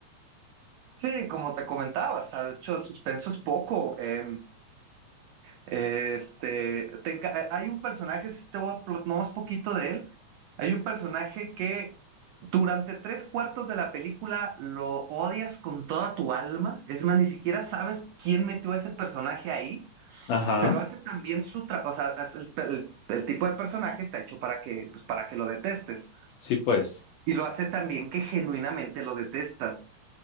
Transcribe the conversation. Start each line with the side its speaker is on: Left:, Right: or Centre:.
Right: Sí, como te comentaba, o sea, de hecho, el suspenso es poco. em, este, te enca- hay hay un personaje, si te voy a pl- no más poquito de él, hay un personaje que durante tres cuartos de la película lo odias con toda tu alma. Es más, ni siquiera sabes quién metió a ese personaje ahí
Left: Ajá,
Right: Pero hace también su trabajo, o sea, hace el, el- el tipo de personaje está hecho para que, pues, para que lo detestes.
Left: sí pues.
Right: Y lo hace también que genuinamente lo detestas.